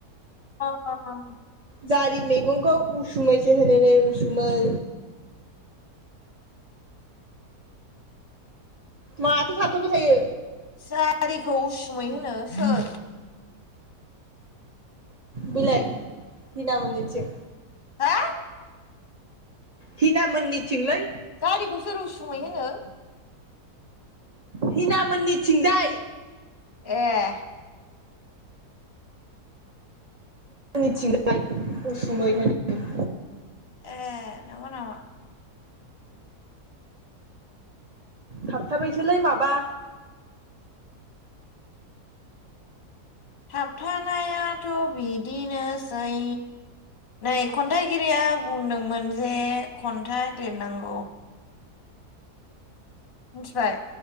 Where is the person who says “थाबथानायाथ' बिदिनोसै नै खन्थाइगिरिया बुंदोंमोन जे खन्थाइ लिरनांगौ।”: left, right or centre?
Left